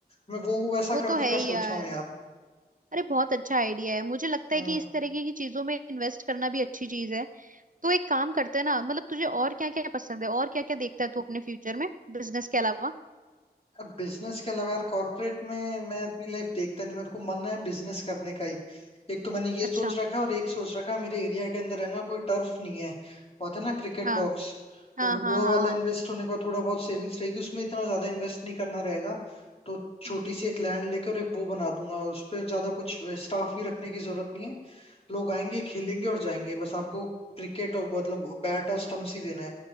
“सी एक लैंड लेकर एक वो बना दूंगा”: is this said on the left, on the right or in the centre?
Left